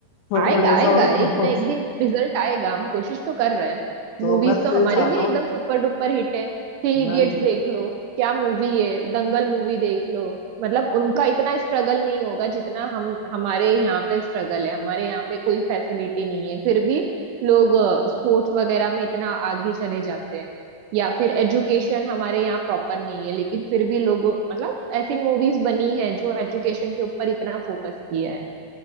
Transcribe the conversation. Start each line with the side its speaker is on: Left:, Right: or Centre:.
Left: मतलब
Right: आएगा
Left: जैसा
Right: आएगा
Left: हो
Right: एक
Left: हो-
Right: ना एक दिन रिजल्ट आएगा हम कोशिश तो कर रहे हैं ना
Left: तो
Right: मूवीज
Left: मैं तो
Right: तो हमारी
Left: यही चाहता
Right: भी
Left: हूँ
Right: एकदम सुपर डुपर हिट है थ्री
Left: मैं
Right: इडियट्स देख लो क्या मूवी है दंगल मूवी देख लो मतलब उनका इतना स्ट्रगल नहीं होगा जितना हम हमारे यहाँ पे स्ट्रगल है हमारे यहाँ पे कोई फैसिलिटी नहीं है फिर भी लोग स्पोर्ट्स वगैरह में इतना आगे चले जाते हैं या फिर एजुकेशन हमारे यहाँ प्रॉपर नहीं है लेकिन फिर भी लोग मतलब ऐसी मूवीज बनी है जो एजुकेशन के ऊपर इतना फोकस किया है